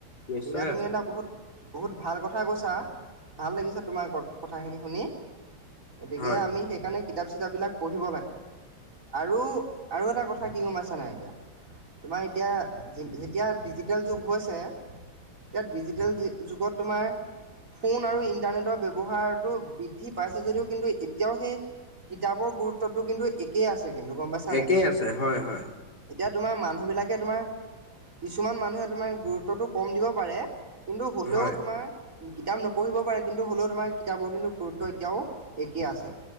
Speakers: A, on the left; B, on the right.
A: নিশ্চয়
B: গতিকে তুমি
A: আছে
B: এটা বহুত বহুত ভাল কথা কথা কৈছা ভাল লাগিছে তোমাৰ কথাখিনি শুনি গতিকে
A: হয়
B: আমি সেইকাৰণে কিতাপ চিতাপবিলাক পঢ়িব লাগে আৰু আৰু এটা কথা কি গমাইছে নাই এতিয়া তোমাৰ এতিয়া যেতিয়া ডিজিটেল যুগ হৈছে ইয়াত ডিজিটেল জি যুগত তোমাৰ ফোন আৰু ইণ্টাৰনেটৰ ব্যৱহাৰটো বৃদ্ধি পাইছে যদিও কিন্তু এতিয়াও সেই কিতাপৰ গুৰুত্বটো কিন্তু একেই আছে কিন্তু গম পাইছা
A: একেই
B: নাই
A: আছে হয় হয়
B: এতিয়া তোমাৰ মানুহবিলাকে তোমাৰ কিছুমান মানুহে তোমাৰ গুৰুত্বটো কম দিব পাৰে কিন্তু হ'লেও
A: হয়
B: তোমাৰ কিতাপ নপঢ়িব পাৰে কিন্তু হ'লেও তোমাৰ কিতাপৰ কিন্তু গুৰুত্ব এতিয়াও একেই আছে